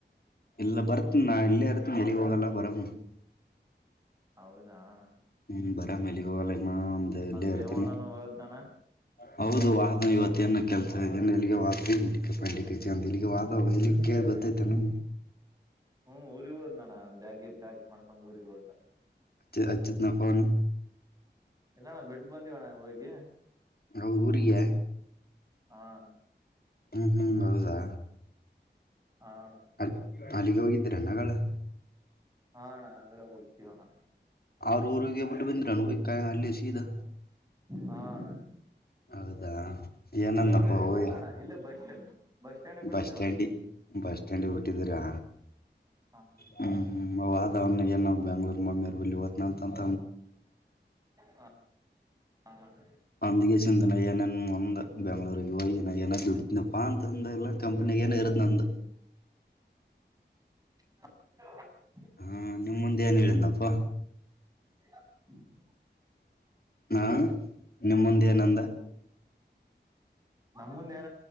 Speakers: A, on the left; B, on the right.
A: ಎಲ್ಲ ಬರ್ತನಿ ನಾ ಎಲ್ಲೇ ಇರ್ತನಿ ಎ ತಗಲ್ಲ ಬರಮ
B: ಹೌದಣ
A: ಹ್ಮ್ ಬರ ಮೇಲೆಗೆ ಹೋಗಲ್ಲ ನ ಒಂದು ಇಲ್ಲ
B: ದೇವಣ್ಣನು
A: ಇರ್ತೇನೆ
B: ಹೋದ್ನಣ್ಣ
A: ಹೌದು ವಾಹನ ಇವತ್ತ ನ ಕೆಲ್ಸ ಏನ್ ಎಲ್ಲಿಗೆಾದ ಅ ಇಲ್ಲಿಗೆ ವಾದ ಇ ಗೊತ್ತೈ್ತನು <inaudible>
B: ಹ್ಮ್ ಊರಿಗೆ ಹೋದ್ ನಾನ ಬ್ಯಾಗೆ ಪ್ಯಾಕ್ ಮಾಡ್ಕೊಂಡ್ ಊರಿಗೆ ಹೋದ
A: ಚಿ ಹಚ್ಚಿದ್ನ ಪೋನ್
B: ಎಲ್ಲಣ್ಣ ಬಿಟ್ಟ ಬಂದಿವಣ್ಣ ಹೋಗಿ
A: ಅವರ ಊರಿಗೆ
B: ಹಾ ಅಣ್ಣ
A: ಹ್ಮ್ ಹ್ಮ್ ಹೌದಾ
B: ಹಾ ಅಣ್ಣ
A: ಅಲ್ ಅಲ್ಲಿಗೆ ಹೋಗಿದ್ದೀರೇನ ಆಗಲೇ
B: ಹಾ ಅಣ್ಣ ಆಗಳೇ ಹೋಗಿದ್ಬಿಯನ್ನ
A: ಅವ್ರ ಊರಿಗೆ ಬಿಟ್ ಬಂದ್ರಿ ಏನ್ ಅಲ್ಲೇ ಸೀದಾ
B: ಹಾ ಅಣ್ಣ
A: ಹೌದಾ ಏನಂದಪ್ಪ
B: ಇಲ್ಲಣ್ಣ ಊರಿಗ್
A: ಓಯ್
B: ಹೋಗಿಲ್ಲಣ್ಣ ಇಲ್ಲೆ ಬಸ್ಟ್ಯಾಂಡ್ ಬಸ್ಟ್ಯಾಂಡ್ ಬಿಟ್ಟೆವ
A: ಬಸ್ ಸ್ಟ್ಯಾಂಡಿ
B: ಅಣ್ಣ
A: ಬಸ್ ಸ್ಟ್ಯಾಂಡಿಂಗ್ ಬಿಟ್ಟಿದ್ದೀರಾ
B: ಹಾ
A: ಹ್ಮ್ ಹ್ಮ್ ಹೋದ ಅವನ ಏನು ಬೆಂಗ್ಳೂರ್ ಮಮೇರು ಬಲ್ಲಿ ಹೊತೆನ ಅಂತಂದ
B: ಹಾ ಹ
A: ಅಂದಗೆಸಂತ ನಯ್ಯನನ್ ಒಂದ ಬೆಂಗ್ಳೂರಿಗೆ ಹೋಗಿ ನಯ್ಯನ ದುಡಿತನಪ್ಪಾ ಅಂತಂದ ಎಲ್ಲ ಕಂಪನಿ <inaudible>
B: <inaudible>
A: ಹಾ ನಿಮ ಮುಂದೆ ಏನ್ ಹೇಳಿದ್ನಪ್ಪ
B: <unintelligible>
A: ಹಾ ನಿಮ್ಮಂದ ಏನಂದ
B: ನನ ಮುಂದೆ ಏನ್